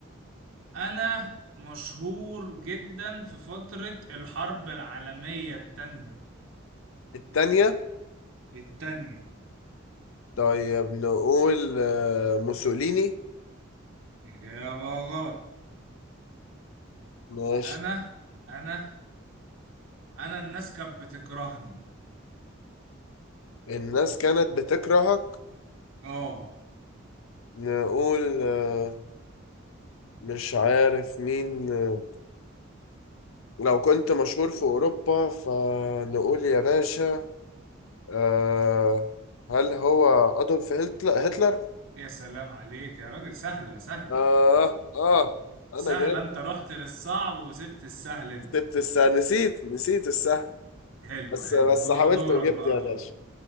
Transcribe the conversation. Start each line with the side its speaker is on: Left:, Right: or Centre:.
Right: أنا مشهور جدا في فترة الحرب العالمية التانية
Left: التانية
Right: التانية
Left: طيب نقول آه، موسوليني
Right: إجابة غلط
Left: ماشي
Right: أنا أنا أنا الناس كانت بتكرهني
Left: الناس كانت بتكرهك
Right: اه
Left: نقول آه، مش عارف مين آه، لو كنت مشهور في أوروبا فنقول يا باشا آه هل هو أدولف هتلر؟ هتلر؟
Right: يا سلام عليك يا راجل سهلة سهلة
Left: آه آه أنا
Right: سهلة
Left: جبت
Right: انت رحت للصعب وسبت السهل انت
Left: جبت الساعة نسيت نسيت الساعة
Right: حلو
Left: بس
Right: حلو
Left: بس
Right: دو-
Left: حاولت
Right: دورك
Left: وجبت
Right: بقى
Left: يا
Right: دور
Left: باشا